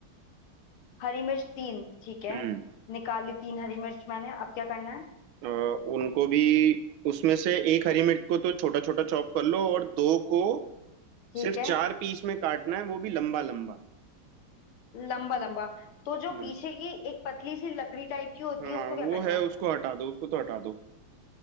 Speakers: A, on the left (about 85°); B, on the right (about 80°).
A: हरी मिर्च तीन ठीक है
B: हम्म
A: निकाली तीन हरी मिर्च मैंने अब क्या करना है
B: अ, उनको भी उसमें से एक हरी मिर्च को तो छोटा छोटा चॉप कर लो और दो को
A: ठीक
B: सिर्फ
A: है
B: चार पीस में काटना है वो भी लंबा लंबा
A: लंबा लंबा तो जो
B: हम्म
A: पीछे की एक पतली सी लकड़ी टाइप की होती
B: हाँ
A: है उसको क्या
B: वो
A: करना
B: है
A: है
B: उसको हटा दो उसको तो हटा दो